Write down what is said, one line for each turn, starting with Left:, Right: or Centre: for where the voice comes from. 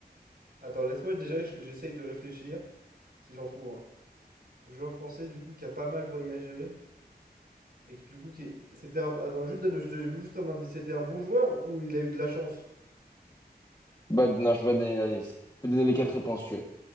Right: Attends, laisse-moi déjà, j- j'essaye de réfléchir si j'en trouve un. Joueur français, du coup, qui a pas mal voyagé oui. et qui, du coup, qui est- c'était un. Attends, juste donne juste un indice. C'était un bon joueur ou il a eu de la chance?
Left: Bah, non, je peux pas te donner l'indice. Je peux te donner les quatre réponses, si tu veux.